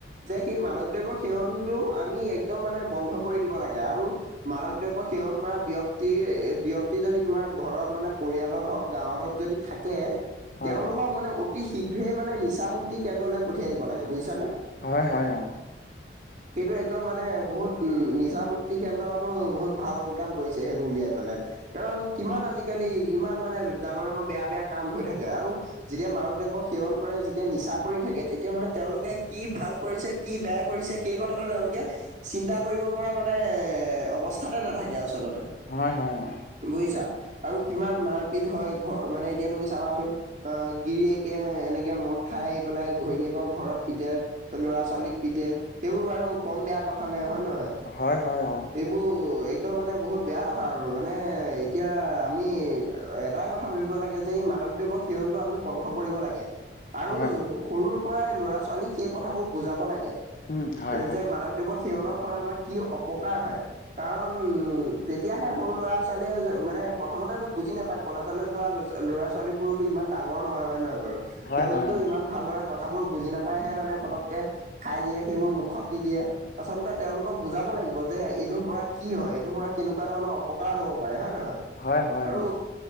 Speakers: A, on the right; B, on the left.
A: যে সেই মাদকদ্ৰৱ সেৱনতটো আমি একদম মানে বন্ধ কৰি দিব লাগে আৰু মাদক দ্ৰৱ্য সেৱন কৰা ব্যক্তিৰ ব্যক্ত- প্ৰতি যদি তোমাৰ ঘৰত মানে পৰিয়ালত হওঁক গাঁৱত হওঁক যদি থাকে
B: হয়
A: তেওঁলোকক
B: হয়
A: মানে অতি শীঘ্ৰে মানে নিচা মুুক্তি কেন্দ্ৰলৈ পঠিয়াই দিব লাগে বুজিছানে।
B: হয় হয় অ।
A: <inaudible> সেইটো একদম মানে বহুত উ নিচা মুুক্তি কেন্দ্ৰতো বহুত ভাল কাম কৰিছে সেইটো উলিয়াই পেলাই। কাৰণ কিমান আজিকালি ইমান মানে ডাঙৰ ডাঙৰ বেয়া বেয়া কাম হৈ থাকে আৰু যেতিয়া মানৱদ্ৰব্য সেৱন কৰে যেতিয়া নিচা কৰি থাকে তেতিয়া মানে তেওঁলোকে কি ভাল কৰিছে কি বেয়া কৰিছে সেই কথাটো তেওঁলোকে চিন্তা কৰিব পৰা মানে এ অৱস্থাতে নাথাকে আচলতে।
B: হয় হয় অ।
A: বুজিছা আৰু কিমান মাৰপিত হয় ঘৰ মানে এতিয়া তুমি চাবাচোন আহ গিৰিয়েকে এনেকে মদ খাই আহি পেলাই ঘৈণীয়েকক ঘৰত পিতে। ল'ৰা-ছোৱালীক পিতে সেইবোৰ বাৰু কম বেয়া কথা নাই হয়ে নহয়?
B: হয় হয় অ।
A: উম একদম মানে বহুত বেয়া কথা আৰু মানে এতিয়া আমি এটাই কথা ভাবিব লাগে যে এই মাদক দ্ৰব্য সেবণটো আমি বন্ধ কৰিব লাগে, আৰু
B: হয়
A: সৰুৰ পৰাই ল'ৰা ছোৱালীক সেই কথাবোৰ বুজাব লাগে
B: উম হয় হয়
A: যে মাদক দ্ৰব্য সেৱনৰ ফলত আমাৰ কি অপকাৰ হয়। কাৰণ তেতিয়াহে সৰু ল'ৰা ছোৱালীয়ে মানে প্ৰথমতেতো বুজি নাপায় কলেজলৈ যোৱা ল'ৰা ছোৱালী বোৰোতো ইমান ডাঙৰ নহয় হয় নহয় বাৰু
B: হয়
A: তেওঁলোকেও
B: হয় অ
A: ইমান ভালদৰে কথাবোৰ বুজি নাপায়হে মানে পতককে খাই দিয়ে, সেইবোৰ মুখত দি দিয়ে। আচলতে তেওঁলোকক বুজাব লাগিব যে এইটোৰ পৰা কি হয় এইটোৰ পৰা কেনেকুৱা ধৰণৰ অপকাৰ হব পাৰে হয় নে নহয়।
B: হয় হয়
A: আৰু
B: অ